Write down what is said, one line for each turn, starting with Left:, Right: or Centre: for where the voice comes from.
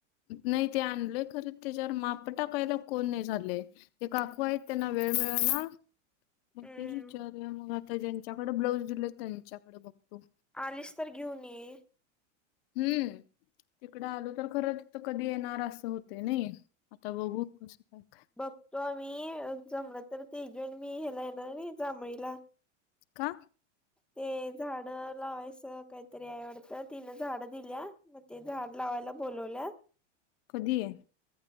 Left: नाही ते आणलय खरं त्याच्यावर माप टाकायला कोण नाही झालंय. जे काकू आहेत त्यांना वेळ मिळला मग
Centre: हम्म
Left: तेच विचार मग आता ज्यांच्याकडे ब्लाऊज दिले त्यांच्याकडे बघतो.
Centre: आलीस तर घेऊन ये.
Left: हम्म तिकडं आलो तर खरं तिथं कधी येणार असं होते नाही. आता बहुत खोशक
Centre: तो आम्ही जमला तर ते जण मी हेला येणार नाही जमळीला
Left: का?
Centre: ते झाड लावायचं काहीतरी आवडत तिन झाड दिल्या. मग ते झाड लावायला बोलवल्या.
Left: कधी आहे.